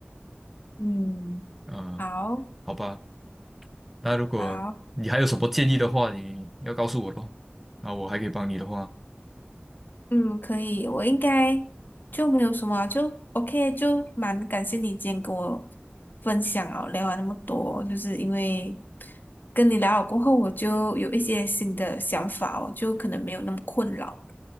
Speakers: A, on the left; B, in the centre.
A: 嗯，
B: 啊，
A: 好，
B: 好吧，那如果你还有什么建议的话，
A: 好。
B: 你要告诉我咯，那我还可以帮你的话，
A: 嗯，可以，我应该就没有什么啊就 OK，就蛮感谢你今天跟我分享哦，聊完那么多，就是因为跟你聊了过后，我就有一些新的想法哦，就可能没有那么困扰了。